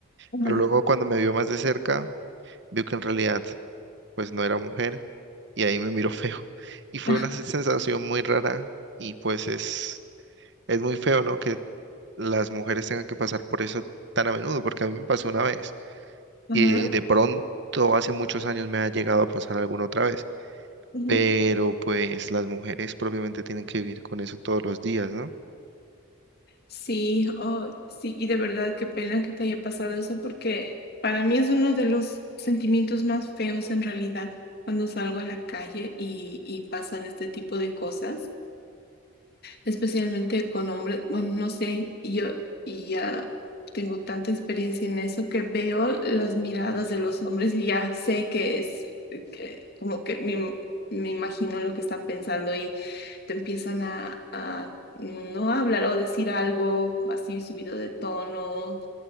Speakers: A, on the left; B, on the right.
A: ajá,
B: pero luego cuando me vio más de cerca, vio que en realidad pues no era mujer y ahí me miró <laughs> feo y fue
A: ajá,
B: una sensación muy rara y pues es es muy feo, ¿no? Que las mujeres tengan que pasar por eso tan a menudo porque a mí me pasó una vez.
A: ajá,
B: Y de pronto hace muchos años me ha llegado a pasar alguna otra vez.
A: ujú.
B: Pero pues las mujeres propiamente tienen que vivir con eso todos los días, ¿no?
A: Sí, oh, sí, y de verdad qué pena que te haya pasado eso porque para mí es uno de los sentimientos más feos en realidad cuando salgo a la calle y, y pasan este tipo de cosas. especialmente con hombres, bueno, no sé, y yo y ya tengo tanta experiencia en eso que veo las miradas de los hombres y ya sé que es, que como que me, me imagino lo que están pensando y te empiezan a, a no hablar o decir algo así subido de tono